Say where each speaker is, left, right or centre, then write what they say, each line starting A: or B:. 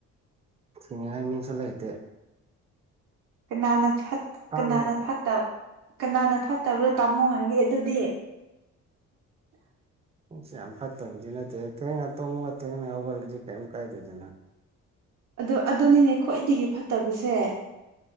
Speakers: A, on the right; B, on the right.
A: ꯊꯤꯡꯅꯤꯉꯥꯏ ꯃꯤꯡꯁꯨ ꯂꯩꯇꯦ
B: ꯀꯅꯥꯅ ꯐ
A: ꯍꯥꯡꯕ
B: ꯀꯅꯥꯅ ꯐꯠꯇꯕ ꯀꯅꯥꯅ ꯐꯠꯇꯕꯗꯣ ꯇꯥꯝꯃꯣ ꯍꯥꯏꯒꯦ ꯑꯗꯨꯗꯤ
A: ꯎ ꯌꯥꯝ ꯐꯠꯇꯕꯗꯤ ꯅꯠꯇꯦ ꯊꯦꯡꯅ ꯇꯣꯝꯃꯒ ꯊꯦꯡꯅ ꯍꯧꯒꯠꯂꯁꯤ ꯀꯩꯝ ꯀꯥꯏꯗꯦꯗꯅ
B: ꯑ ꯑꯗꯨꯅꯤꯅꯦ ꯈ꯭ꯋꯥꯏꯗꯒꯤ ꯐꯠꯇꯕꯁꯦ